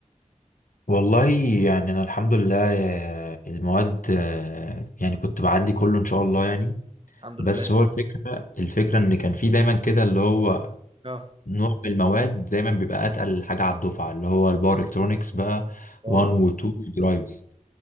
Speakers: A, on the left; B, on the right.
A: والله يعني انا الحمد لله آه، المواد آه، يعني كنت بعدي كله ان شاء الله يعني
B: الحمد
A: بس
B: لله
A: هو الفكره الفكره ان كان في دايما كده اللي هو
B: اه
A: نوع من المواد دايما بيبقى اتقل حاجه على الدفعه اللي هو الباور الكترونكس بقى
B: اه
A: 1 و 2 درايفز